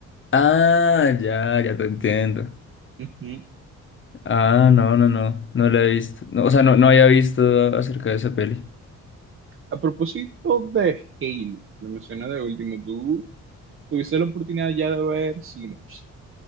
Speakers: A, on the left; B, on the right.
A: Ah, ya, ya te entiendo.
B: Ujú.
A: Ah, no, no, no. No la he visto. No, o sea, no, no había visto acerca de esa peli.
B: A propósito de Hayley, lo mencioné de último, tú tuviste la oportunidad ya de ver Sinners.